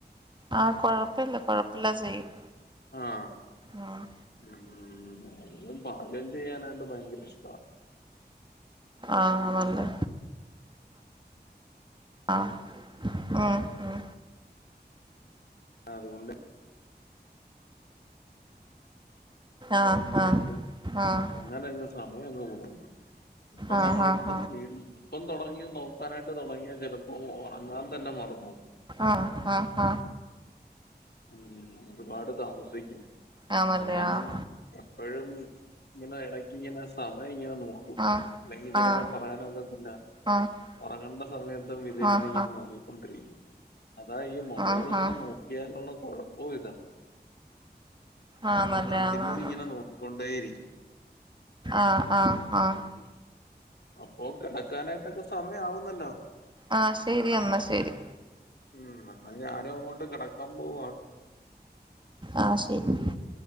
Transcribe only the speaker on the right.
ആ കൊഴപ്പില്ല കൊഴപ്പില്ല ചെയ്യും.
ഉം
ആണല്ലേ ആ ഉം ഉം
ആഹ്
ആഹ്
ആഹ്
ആഹ്
ആഹ്
ആ ആ ആ
ആണല്ലേ
ആഹ്
ആഹ്
ആഹ്
ആഹ്
ആഹ്
ആഹ് ആഹ്
ആഹ്
ആന്നല്ലേ
ആന്നാന്ന്
ആഹ് ആഹ് ആഹ്
ആ ശെരിയന്നാ ശെരി
ആ ശെരി